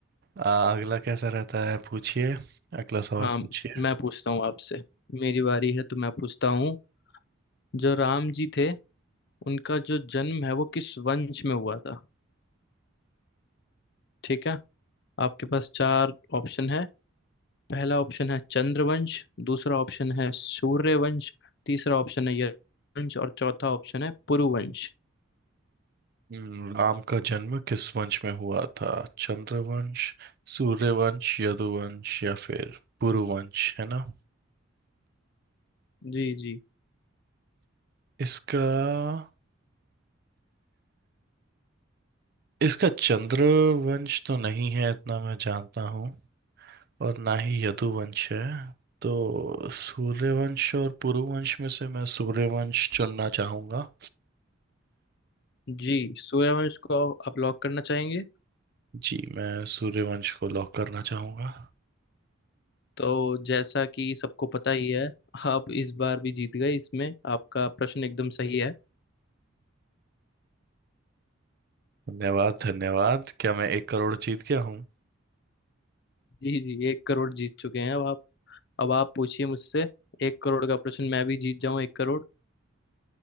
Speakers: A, on the right (about 50°); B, on the left (about 50°).
A: आ, अगला कैसा रहता है पूछिए अगला सवाल
B: हाँ
A: पूछिए
B: मैं पूछता हूँ आपसे मेरी बारी है तो मैं पूछता हूँ जो राम जी थे उनका जो जन्म है वो किस वंश में हुआ था ठीक है आपके पास चार ऑप्शन है पहला ऑप्शन है चंद्रवंश दूसरा ऑप्शन है सूर्यवंश तीसरा ऑप्शन है यश वंश और चौथा ऑप्शन है पुरुवंश
A: हम्म, राम का जन्म किस वंश में हुआ था चंद्रवंश सूर्यवंश यदुवंश या फिर पुरुवंश है ना
B: जी जी
A: इसका इसका चंद्रवंश तो नहीं है इतना मैं जानता हूँ और ना ही यदुवंश है तो सूर्यवंश और पुरुवंश में से मैं सूर्यवंश चुनना चाहूंगा
B: जी सूर्यवंश को आप लॉक करना चाहेंगे
A: जी मैं सूर्यवंश को लॉक करना चाहूंगा
B: तो जैसा कि सबको पता ही है आप इस बार भी जीत गए इसमें आपका प्रश्न एकदम सही है
A: धन्यवाद धन्यवाद क्या मैं एक करोड़ जीत गया हूँ
B: जी जी एक करोड़ जीत चुके हैं अब आप अब आप पूछिए मुझसे एक करोड़ का प्रश्न मैं भी जीत जाऊं एक करोड़